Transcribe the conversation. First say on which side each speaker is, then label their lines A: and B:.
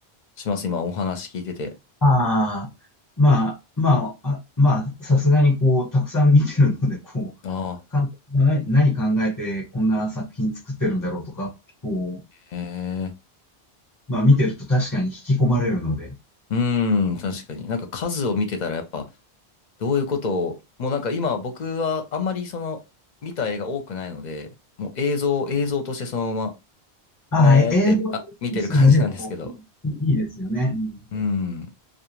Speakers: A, on the left; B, on the left.
A: します、今お話聞いてて。
B: ああ、まあ、まあ、あ、まあ、さすがにこう、たくさん見てるので、こう、
A: ああ、
B: 監督が何、何考えてこんな作品作ってるんだろうとか、こ
A: ええ
B: う、まあ見てると確かに引き込まれるので。
A: うーん、確かに。なんか数を見てたらやっぱ、どういうことを、もうなんか今僕はあんまりその、見た映画多くないので、もう映像、映像としてそのま
B: ああ、
A: ま、えーって、
B: え映像としてだけでも
A: あ、見てる感じなんですけど。
B: いいですよね。うん
A: うん。